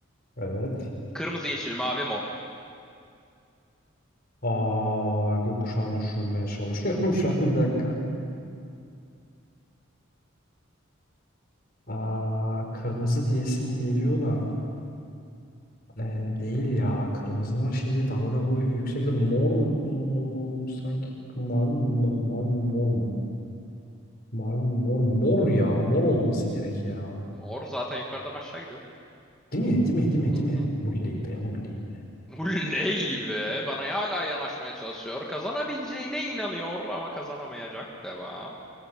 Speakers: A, on the left; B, in the centre.
A: Evet.
B: Kırmızı, yeşil, mavi, mor.
A: Aa, gökkuşağını düşünmeye çalışıyorum <laughs> şu an bir dakika. Aa, kırmızı diyesim geliyor da. Ee, değil ya. Kırmızının şeyi dalga boyu yüksek de mor mu? Sanki mavi mi mor, mavi mi mor mu? Mavi mi mor, mor ya. Mor olması gerek ya.
B: Mor zaten yukarıdan aşağı gidiyor.
A: Değil mi? Değil mi? Değil mi?
B: Hı
A: Değil mi?
B: hı.
A: Mulley be, mulley be.
B: Uley be. Bana hala yanaşmaya çalışıyor. Kazanabileceğine inanıyor ama kazanamayacak. Devam.